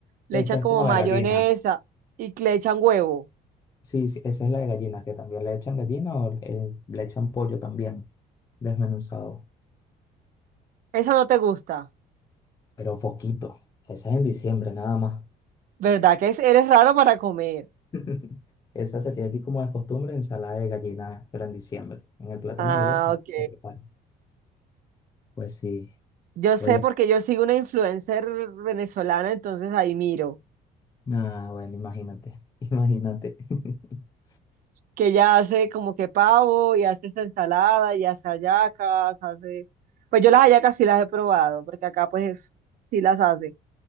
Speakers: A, on the right; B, on the left.
A: le
B: Esa
A: echan
B: es
A: como
B: como
A: mayonesa
B: la gallina.
A: y le echan huevo.
B: Sí, sí, esa es la de gallina, que también le echan gallina o eh, le echan pollo también, desmenuzado,
A: Esa no te gusta,
B: pero poquito. Esa es en diciembre nada más.
A: ¿verdad? Que es- eres raro para comer.
B: <laughs> Esa se tiene aquí como de costumbre, ensalada de gallina, pero en diciembre. En el plato
A: Ah,
B: navideño
A: ok.
B: se prepara. Pues sí.
A: Yo sé
B: Oye,
A: porque yo sigo una influencer venezolana, entonces ahí miro.
B: Ah, bueno, imagínate, <laughs> imagínate. <laughs>
A: que ya hace como que pavo y hace esa ensalada y hace hallacas, hace... Pues yo las hallacas sí las he probado, porque acá pues sí las hace,